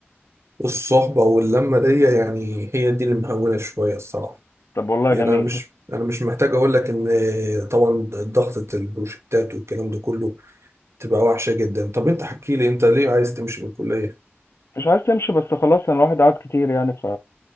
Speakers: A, on the right; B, on the left.
A: الصحبة واللمة دي يعني هي دي اللي مهونة شوية الصراحة
B: طب والله
A: يعني
B: جميل
A: أنا مش أنا مش محتاج أقول لك إن طبعا ضغطة البروجكتات والكلام ده كله تبقى وحشة جدا طب أنت حكي لي أنت ليه عايز تمشي من الكلية؟
B: مش عايز تمشي بس خلاص يعني الواحد قعد كتير يعني ف